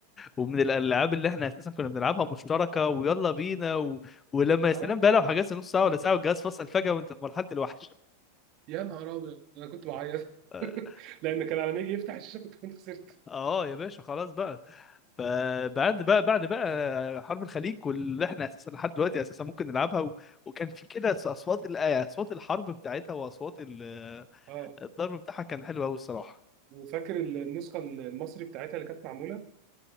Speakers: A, on the left (about 20°); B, on the right (about 40°).
A: ومن الألعاب اللي إحنا أساسا كنا بنلعبها مشتركة ويلا بينا و... ولما يا
B: اه
A: سلام بقى لو حجزت نص ساعة ولا ساعة والجهاز فصل فجأة وأنت في مرحلة الوحش
B: يا نهار ابيض انا كنت بعيط
A: آه،
B: <laughs> لان كان على ما يجي يفتح الشاشه كنت كنت خسرت
A: اه يا باشا خلاص بقى فبعد <laughs> بقى بعد بقى حرب الخليج واللي احنا اساسا لحد دلوقتي اساسا ممكن نلعبها و... وكان في كده اصوات ال- آه، اصوات الحرب بتاعتها واصوات ال...
B: اه
A: الضرب بتاعها كان حلو قوي الصراحه
B: وفاكر النسخه المصري بتاعتها اللي كانت معموله